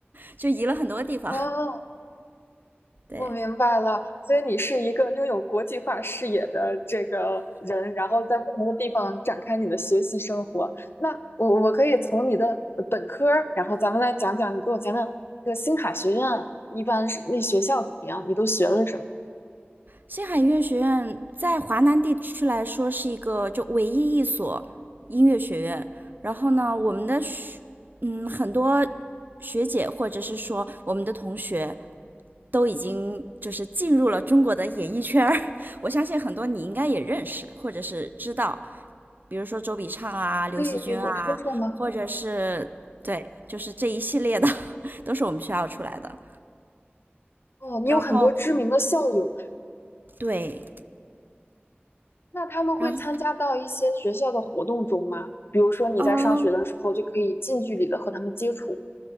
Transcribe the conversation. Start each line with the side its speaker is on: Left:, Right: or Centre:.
Right: 就移了很多地方。
Left: 哦，
Right: 对，
Left: 我明白了，所以你是一个拥有国际化视野的这个人，然后在不同的地方展开你的学习生活。那我我可以从你的呃本科儿然后咱们来讲讲，你给我讲讲这个星卡学院一般是那学校怎么样，你都学了什么？
Right: 星海音乐学院在华南地区来说是一个就唯一一所音乐学院。然后呢，我们的学嗯很多学姐或者是说我们的同学都已经就是进入了中国的演艺圈我相信很多你应该也认识或者是知道，比如说周笔畅啊、刘惜君啊，
Left: 可以给我说说吗？
Right: 或者是对，就是这一系列的 <laughs> 都是我们学校出来的。
Left: 哦，你有很多知名的校友，
Right: 然后对，
Left: 那他们会参加到一些学校的活动中吗？
Right: 然后
Left: 比如说你在上学的时候就可以近距离的和他们接触。
Right: 呃，